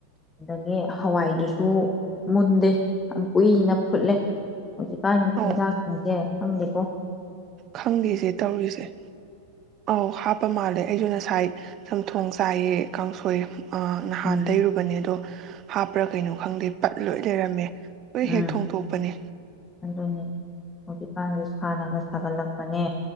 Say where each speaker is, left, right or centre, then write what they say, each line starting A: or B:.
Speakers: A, on the left; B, on the right.
A: ꯑꯗꯒꯤ ꯍꯋꯥꯏꯗꯨꯁꯨ ꯃꯨꯟꯗꯦ ꯌꯥꯝ ꯀꯨꯏꯅ ꯐꯨꯠꯂꯦ ꯍꯧꯖꯤꯛꯀꯥꯟꯒꯤꯆꯤꯟꯖꯥꯛꯁꯤꯡꯁꯦ
B: ꯑꯣ
A: ꯑꯪꯗꯦ ꯀꯣ
B: ꯈꯪꯗꯦꯁꯦ ꯇꯧꯔꯤꯁꯦ ꯑꯧ ꯍꯥꯞꯄ ꯃꯥꯜꯂꯦ ꯑꯩꯁꯨ ꯉꯁꯥꯏ ꯁꯝꯊꯣꯡ ꯆꯥꯏꯌꯦ ꯀꯥꯡꯁꯣꯏ ꯅꯍꯥꯟꯗꯒꯩꯔꯨꯕꯅꯦ
A: ꯎꯝ
B: ꯑꯗꯣ ꯍꯥꯞꯄ꯭ꯔꯥ ꯀꯩꯅꯣ ꯈꯪꯗꯦ ꯄꯠ ꯂꯣꯏ ꯂꯩꯔꯝꯃꯦ ꯂꯣꯏ ꯍꯦꯛ
A: ꯎꯝ
B: ꯊꯣꯡꯗꯣꯛꯄꯅꯦ
A: ꯑꯗꯨꯅꯤ ꯍꯧꯖꯤꯛꯀꯥꯟꯁꯦ ꯁꯥꯟꯅꯒ ꯁꯥꯒꯠꯂꯛꯄꯅꯦ